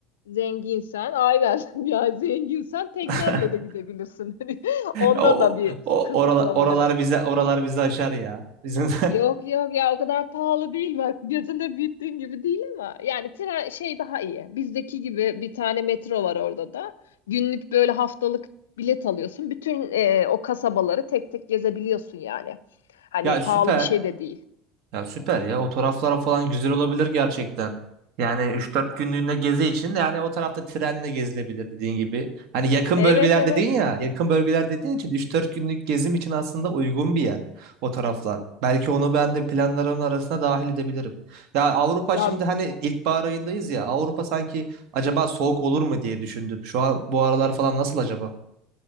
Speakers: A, on the left (about 85°); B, on the right (about 65°).
A: zenginsen aynen <laughs> ya zenginsen teknenle
B: <laughs>
A: de gidebilirsin. <laughs> Hani Onda
B: O,
A: da bir
B: o,
A: kısıtlama
B: oralar, oralar
A: yok.
B: bize oralar bizi aşar ya. Bizim
A: Yok yok ya o kadar pahalı değil bak gözünde büyüttüğün gibi değil ama yani tren şey daha iyi bizdeki gibi bir tane metro var orada da günlük böyle haftalık bilet alıyorsun bütün e, o kasabaları tek tek gezebiliyorsun yani
B: <laughs>
A: hani
B: ya süper.
A: pahalı bir şey de değil.
B: Ya süper ya. O taraflar falan güzel olabilir gerçekten. Yani 3-4
A: Ya,
B: günlüğüne gezi için yani o tarafta trenle gezilebilir dediğin gibi. Hani yakın
A: Evet
B: bölgeler
A: evet
B: dedin ya, yakın bölgeler dediğin için üç dört günlük gezim için aslında uygun bir yer o taraflar. Belki onu ben de planlarımın arasına dahil edebilirim. Ya Avrupa
A: ya
B: şimdi hani ilkbahar ayındayız ya. Avrupa sanki acaba soğuk olur mu diye düşündüm. Şu an bu aralar falan nasıl acaba?